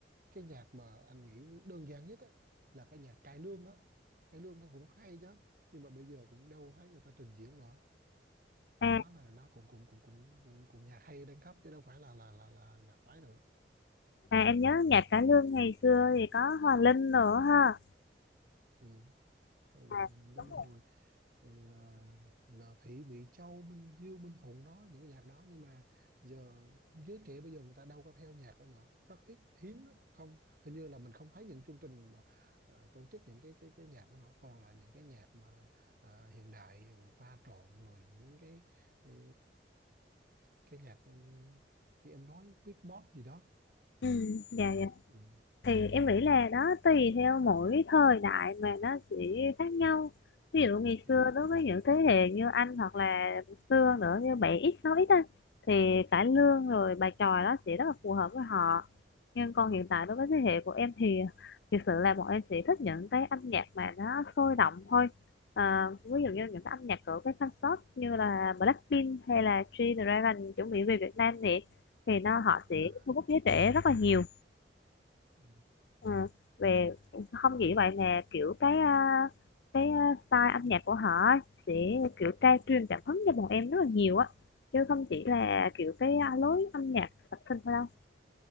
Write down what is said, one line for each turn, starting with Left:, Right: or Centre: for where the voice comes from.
Right: cái nhạc mà anh nghĩ đơn giản nhất á, là cái nhạc cải lương đó cải lương nó cũng hay chứ nhưng mà bây giờ cũng đâu thấy người ta trình diễn nữa
Left: À,
Right: cái đó là nó cũng cũng cũng cũng cũng, cũng nhạc hay đang cấp chứ đâu phải là là là là nhạc ấy nữa
Left: à em nhớ nhạc cải lương ngày xưa thì có Hòa Linh nữa ha.
Right: ừ. rồi
Left: À,
Right: Ninh
Left: đúng rồi.
Right: rồi thì, à, là Thị Mỹ Châu Minh Dương Minh Phụng đó những cái nhạc đó nhưng mà giờ giới trẻ bây giờ người ta đâu có theo nhạc đó nữa rất ít hiếm lắm không hình như là mình không thấy những chương trình mà ờ, tổ chức những cái cái cái nhạc đó nữa toàn là những cái nhạc mà ờ, hiện đại pha trộn rồi những cái cái, cái nhạc ừ, như em nói beatbox gì đó
Left: Ừ, dạ
Right: Thế-
Left: dạ.
Right: ừ,
Left: thì em nghĩ là đó tùy theo mỗi thời đại mà nó sẽ khác nhau ví dụ ngày
Right: ừ,
Left: xưa đối với những thế hệ như anh hoặc là xưa nữa như bảy x sáu x á, thì cải lương rồi bài chòi đó sẽ rất là phù hợp với họ nhưng còn hiện tại đối với thế hệ của em thì thực sự là bọn em sẽ thích những cái âm nhạc mà nó sôi động thôi à, ví
Right: ừ.
Left: dụ như những cái âm nhạc của cái concert như là Blackpink hay là G-Dragon chuẩn bị về Việt Nam thì thì nó họ sẽ
Right: à
Left: thu hút giới trẻ rất là nhiều
Right: ừ.
Left: Ừ. Về không chỉ vậy nè kiểu cái à, cái à, style âm nhạc của họ á, sẽ kiểu tra truyền cảm hứng cho bọn em rất là nhiều á chứ không chỉ là kiểu cái à, lối âm nhạc sập sinh thôi đâu